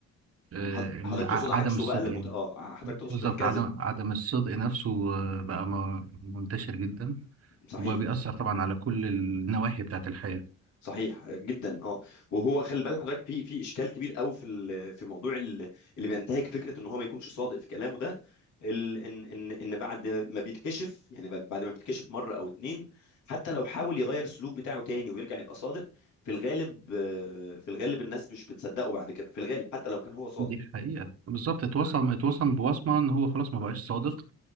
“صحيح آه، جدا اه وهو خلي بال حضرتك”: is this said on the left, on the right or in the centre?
Left